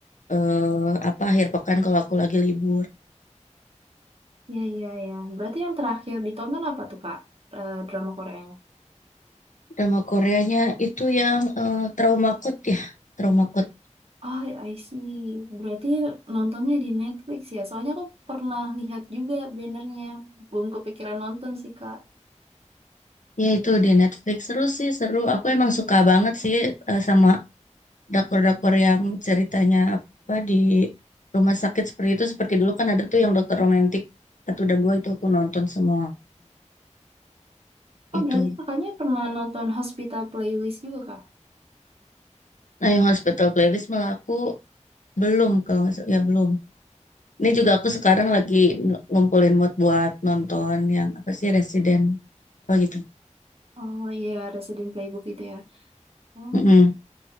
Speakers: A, on the left; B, on the right.
A: eh, apa akhir pekan kalau aku lagi libur.
B: Ya, ya, ya. Berarti yang terakhir ditonton apa tuh, Kak? Eh, drama Koreanya?
A: Drama Koreanya itu yang eh, Trauma Code ya, Trauma Code.
B: Oh, ya, I see. Berarti nontonnya di Netflix ya? Soalnya aku pernah lihat juga bannernya. Belum kepikiran nonton sih, Kak.
A: Ya itu di Netflix seru sih seru. Aku emang suka banget sih eh, sama drakor-drakor yang ceritanya apa di rumah sakit seperti itu. Seperti dulu kan ada tuh yang Dokter Romantik satu dan dua itu aku nonton semua itu.
B: Oh, berarti kakaknya pernah nonton Hospital Playlist juga, Kak?
A: Nah yang Hospital Playlist malah aku belum kalau nggak salah- ya belum. Ini juga aku sekarang lagi n- ngumpulin mood buat nonton yang apa sih Resident apa gitu.
B: Oh iya, Resident Playbook itu ya. Oh.
A: Mm-mm.